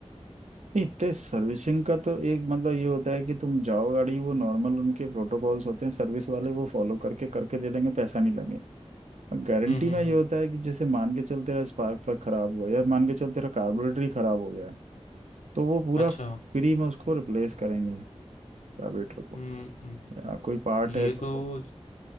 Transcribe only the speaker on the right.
नहीं तो सर्विसिंग का तो एक मतलब ये होता है कि तुम जाओ गाड़ी वो नॉर्मल उनके प्रोटोकॉल्स होते हैं सर्विस वाले वो फॉलो करके करके दे देंगे पैसा नहीं लगेगा गारंटी
में ये
होता है कि जैसे मान के चल तेरा स्पार्क प्लग खराब हुआ या मान के चल तेरा कार्बोरेटर ही खराब हो गया है तो वो पूरा
फ्री में उसको रिप्लेस करेंगे कार्बोरेटर को
या कोई पार्ट
है तो